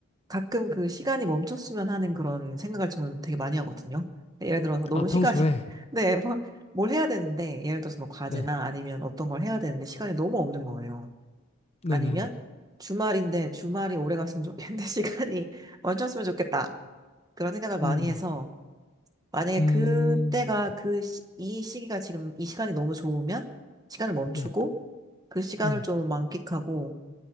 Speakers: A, on the right; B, on the left.
A: 가끔 그 시간이 멈췄으면 하는 그런 생각을 저는 되게 많이 하거든요. 예를 들어서 너무
B: 아, 평소에?
A: 시간이, <laughs> 네, 뭐, 뭘 해야 되는데, 예를 들어서 뭐 과제나
B: 네,
A: 아니면 어떤 걸 해야 되는데 시간이 너무 없는 거예요.
B: 네네.
A: 아니면 주말인데 주말이 오래 갔으면 좋겠는데 <laughs> 시간이 멈췄으면 좋겠다. 그런 생각을 많이
B: 음,
A: 해서 만약에
B: 음,
A: 그때가 그, 시, 이 시기가 지금 이 시간이 너무 좋으면 시간을 멈추고
B: 네,
A: 그 시간을
B: 음,
A: 좀 만끽하고